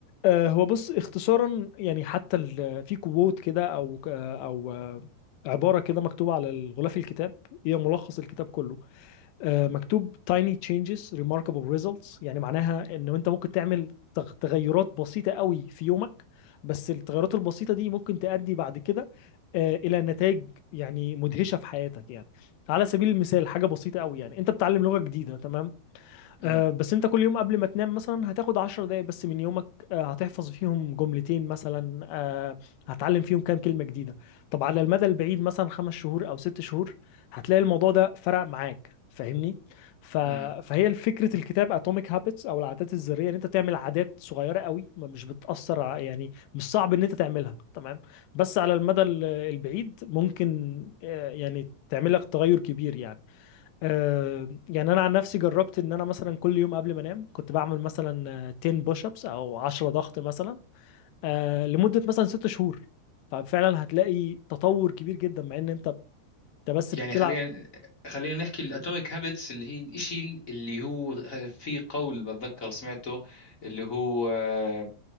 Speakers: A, on the left; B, on the left.
A: آه هو بص اختصارا يعني حتى ال- في كوت كده او آه، او آه، عباره كده مكتوبه على الغلاف الكتاب هي ملخص الكتاب كله آه، مكتوب tiny changes remarkable results يعني معناها ان انت ممكن تعمل تغ- تغيرات بسيطة قوي في يومك بس التغيرات البسيطة دي ممكن تؤدي بعد كده آه، الى نتائج يعني مدهشة في حياتك يعني على سبيل المثال حاجة بسيطة قوي يعني انت بتتعلم لغة جديدة تمام
B: امم
A: آه، بس انت كل يوم قبل ما تنام مثلا هتاخد عشر دقايق بس من يومك آه، هتحفظ فيهم جملتين مثلا آه، هتعلم فيهم كام كلمة جديدة طب على المدى البعيد مثلا خمس شهور او ست شهور هتلاقي الموضوع ده فرق معاك فاهمني ف...
B: امم
A: فهي فكرة الكتاب اتوميك هابتس او العادات الذرية ان انت تعمل عادات صغيرة قوي ما مش بتأثر ع- يعني مش صعب ان انت تعملها تمام بس على المدى ال- البعيد ممكن آه، يعني تعمل لك تغير كبير يعني آه، يعني انا عن نفسي جربت ان انا مثلا كل يوم قبل ما انام كنت بعمل مثلا آه، 10 بوش ابس او 10 ضغط مثلا آه، لمده مثلا 6 شهور ففعلا هتلاقي تطور كبير جدا مع ان انت انت بس
B: يعني
A: بتلعب
B: خلينا خلينا نحكي الاتوميك هابتس اللي هي الاشي اللي هو في قول بتذكر سمعته اللي هو آه،